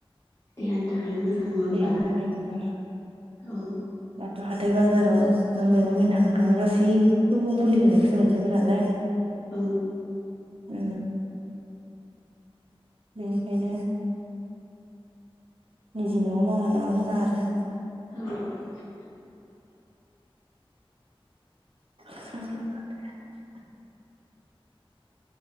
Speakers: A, on the left; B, on the right.
A: देहानि थाखायबो मोजां नङा होमबा
B: देहानि थाखाय मोजां
A: औ
B: दाथ' हाथाय बाजाराव नों मैगं बाइनो थांबा गासैखौबो मुलि होनायखौसो मोनजोबो नालाय
A: औ
B: उ बेनिखायनो निजि न'आव मावना लाबा मोजां आरो।
A: औ
B: <unintelligible>